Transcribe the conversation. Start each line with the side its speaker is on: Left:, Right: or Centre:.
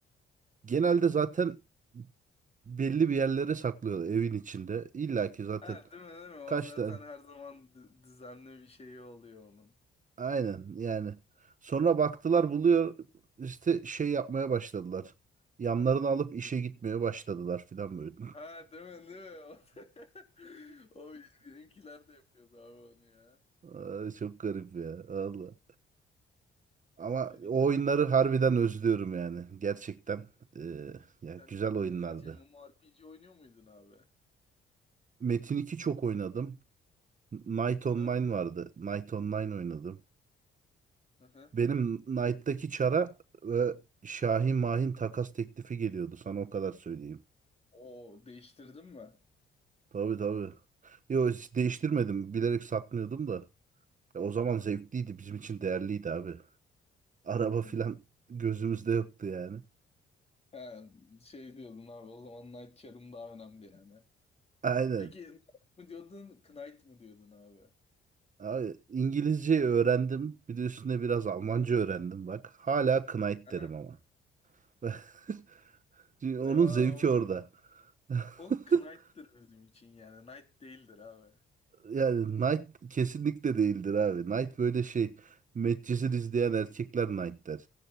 Right: genelde zaten belli bir yerlere saklıyorlar evin içinde. İlla ki zaten
Left: Ha değil mi değil mi? O
Right: kaç
Left: zaten
Right: tane.
Left: her zaman d- düzenli bir şey oluyor onun.
Right: Aynen yani. Sonra baktılar buluyor işte şey yapmaya başladılar. Yanlarını alıp
Left: Bir-
Right: işe gitmeye başladılar filan böyle.
Left: Ha değil mi değil mi? <laughs> O, o benimkiler de yapıyordu abi onu ya.
Right: <laughs> Ay, Çok garip ya valla. Ama
Left: Seninkiler
Right: o oyunları
Left: de yapıyor.
Right: harbiden özlüyorum yani. Gerçekten eee, ya
Left: Sen,
Right: güzel oyunlardı.
Left: sen hiç MMORPG oynuyor muydun abi?
Right: Metin iki çok oynadım. Knight
Left: Aha,
Right: Online vardı. Knight Online oynadım.
Left: aha.
Right: Benim Knight'taki çara ve Şahin Mahin takas teklifi geliyordu. Sana o kadar söyleyeyim.
Left: O değiştirdin mi?
Right: Tabii tabii. Yo hiç değiştirmedim. Bilerek satmıyordum da. Ya, o zaman zevkliydi. Bizim için değerliydi abi. Araba
Left: Hmm.
Right: filan gözümüzde yoktu yani.
Left: Ha, şey diyordun abi o zaman Night Charm daha önemli yani.
Right: Aynen.
Left: Peki Knight mı diyordun Knight mı diyordun abi?
Right: Abi İngilizce öğrendim. Bir de üstüne biraz Almanca öğrendim bak. Hala Knight
Left: Aha.
Right: derim ama. <laughs> Çünkü Onun
Left: Değil mi abi
Right: zevki
Left: o,
Right: orada. <laughs>
Left: o Knight'tır bizim için yani Knight değildir abi.
Right: Yani Knight kesinlikle değildir abi. Knight böyle şey. Medcezir izleyen erkekler Knight der.